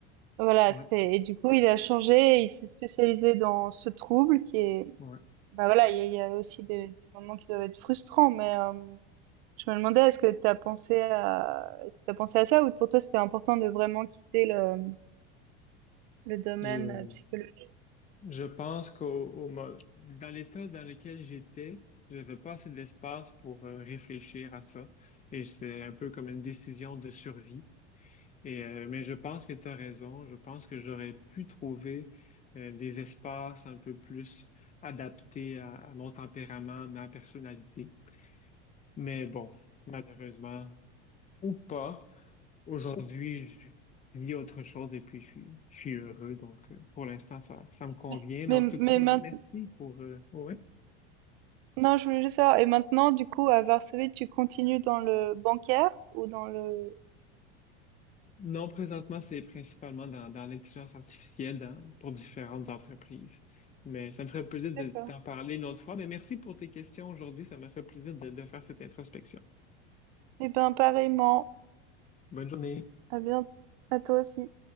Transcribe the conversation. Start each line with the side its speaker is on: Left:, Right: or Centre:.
Right: voilà,
Left: Ouais.
Right: c'était et du coup, il a changé, et il s'est spécialisé dans ce trouble qui est
Left: Ouais.
Right: bah voilà, il y a, il y a aussi des, des moments qui doivent être frustrants, mais euh, je me demandais, est-ce que tu as pensé à est-ce que tu as pensé à ça ou pour toi, c'était important de vraiment quitter le, le domaine
Left: Je-
Right: euh, psychologique?
Left: Je pense qu'au au mo- dans l'état dans lequel j'étais, j'avais pas assez d'espace pour euh, réfléchir à ça. Et c'est un peu comme une décision de survie. Et, euh, mais je pense que tu as raison. Je pense que j'aurais pu trouver euh, des espaces un peu plus adaptés à, à mon tempérament, ma personnalité. Mais bon, malheureusement, ou pas. Aujourd'hui, je je vis autre chose et puis je suis, je suis heureux. Donc, euh, pour l'instant, ça, ça me convient.
Right: Mais,
Left: Mais
Right: mais,
Left: en
Right: mais
Left: tout cas,
Right: maintenant,
Left: merci pour... euh, ouais.
Right: je voulais juste savoir, et maintenant, du coup, à Varsovie, tu continues dans le bancaire ou dans le...
Left: Non, présentement, c'est principalement dans, dans l'intelligence artificielle dans- pour différentes entreprises. Mais ça me ferait plaisir de
Right: D'accord.
Left: t'en parler une autre fois. Mais merci pour tes questions aujourd'hui. Ça m'a fait plaisir de de faire cette introspection.
Right: Eh ben, pareillement,
Left: Bonne journée.
Right: à bien, à toi aussi.